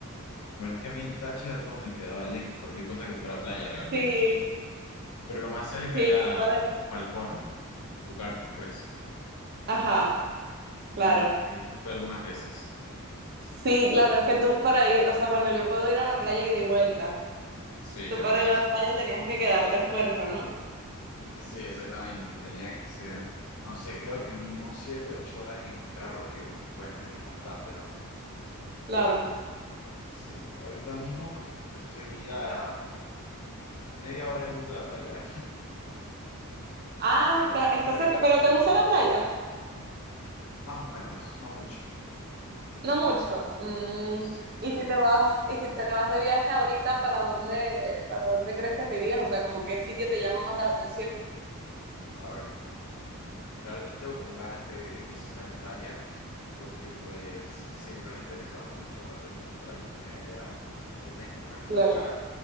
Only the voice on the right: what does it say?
Sí,
sí,
tú para allá.
Ajá, claro.
Sí, claro, es que tú para ir, o sea, bueno, yo puedo ir a la playa y de vuelta.
Tú
para
ir a la playa tenías que quedarte a fuerza, ¿no?
Claro.
Ah,
está, está
cerca. ¿Pero te gusta la playa?
No mucho. Mm,
¿y si te vas, y si te vas de viaje ahorita, ¿para dónde, para dónde crees que te irías? O sea, como qué sitio te llama más la atención.
Claro.